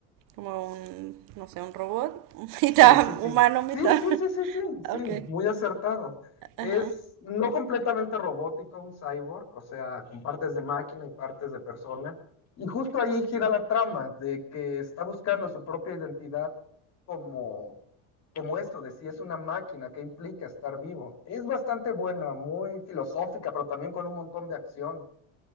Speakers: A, on the right; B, on the left.
A: Como un, no sé, un robot, <laughs> mitad
B: Sí, sí, sí.
A: humano, mitad.
B: Sí, sí,
A: <laughs>
B: sí, sí, sí, sí,
A: Ok.
B: muy acertado.
A: Ajá.
B: Es no completamente robótico un cyborg, o sea, con partes de máquina y partes de persona. Y justo ahí gira la trama de que está buscando su propia identidad como, como esto, de si es una máquina, qué implica estar vivo. Es bastante buena, muy filosófica, pero también con un montón de acción.